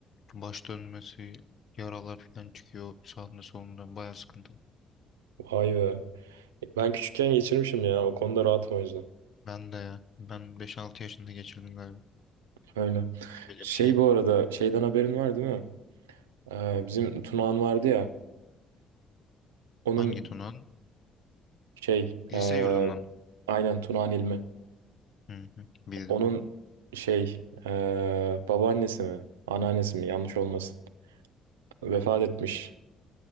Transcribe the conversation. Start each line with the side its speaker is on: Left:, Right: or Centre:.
Left: Baş dönmesi, yaralar falan çıkıyor sağında solunda. Baya sıkıntılı.
Right: Vay be. Ben küçükken geçirmişim ya o konuda rahatım o yüzden.
Left: Ben de ya. Ben 5-6 yaşında geçirdim galiba.
Right: Öyle.
Left: Böyle
Right: Şey
Left: bir şey.
Right: bu arada şeyden haberin var değil mi? Ee, bizim Tunağan vardı ya. Onun
Left: Hangi tunağın?
Right: şey
Left: Lise
Right: e,
Left: yurdundan. mı?
Right: aynen Tuna'nın ilmi.
Left: Hı hı, bildim
Right: Onun
Left: bildim.
Right: şey e, babaannesi mi? Anneannesi mi? Yanlış olmasın. Vefat etmiş.